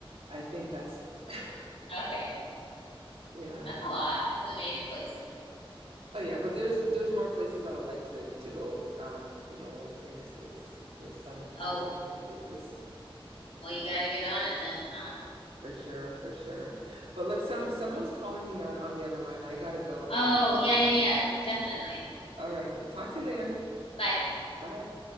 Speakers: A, on the right (about 75°); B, on the left (about 80°).
A: I think that's it. <laughs>
B: Okay.
A: Yeah.
B: That's a lot. That's the major places.
A: Oh yeah, but there's there's more places I would like to to go. Um, you know, in in the States. There's some some
B: Oh,
A: interesting places
B: well, you gotta get on it then, huh?
A: for sure, for sure. But look, some someone's calling me on on the other line. I gotta go.
B: Oh, yeah, yeah, yeah. Definitely.
A: All right. Talk to you later.
B: Bye.
A: Bye.